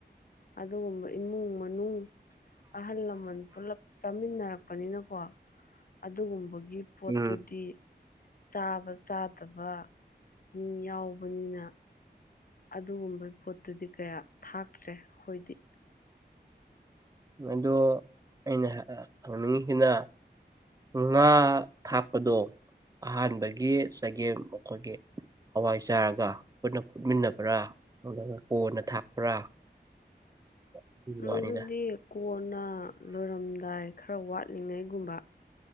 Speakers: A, on the left (about 55°); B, on the right (about 20°).
A: ꯑꯗꯨꯒꯨꯝꯕ ꯏꯃꯨꯡ ꯃꯅꯨꯡ ꯑꯍꯜ ꯂꯃꯟ ꯄꯨꯂꯞ ꯆꯥꯃꯤꯟꯅꯔꯛꯄꯅꯤꯅꯀꯣ ꯑꯗꯨꯒꯨꯝꯕ ꯒꯤ ꯄꯣꯠꯇꯨꯗꯤ
B: ꯎꯝ
A: ꯆꯥꯕ ꯆꯥꯗꯕ ꯃꯤ ꯌꯥꯎ ꯕꯅꯤꯅ ꯑꯗꯨꯒꯨꯝꯕ ꯄꯣꯠꯇꯨꯗꯤ ꯀꯌꯥ ꯊꯥꯛꯇ꯭ꯔꯦ ꯑꯩꯈꯣꯏꯗꯤ
B: ꯑꯗꯣ ꯑꯩꯅ ꯍꯪꯅꯤꯡꯉꯤꯁꯤꯅ ꯉꯥ ꯊꯥꯛꯄꯗꯣ ꯑꯍꯥꯟꯕꯒꯤ ꯆꯒꯦꯝ ꯑꯩꯈꯣꯏꯒꯤ ꯍꯋꯥꯏ ꯆꯥꯔꯒ ꯄꯨꯟꯅ ꯐꯨꯠꯃꯤꯟꯅꯕ꯭ꯔꯥ ꯑꯗꯨꯒ ꯀꯣꯟꯅ ꯊꯥꯛꯄ꯭ꯔꯥ ꯑꯗꯨꯒꯤ
A: ꯃꯗꯨꯗꯤ
B: ꯋꯥꯅꯤꯗ
A: ꯀꯣꯟꯅ ꯂꯣꯏꯔꯝꯗꯥꯏ ꯈꯔ ꯋꯥꯠꯂꯤꯉꯩꯒꯨꯝꯕ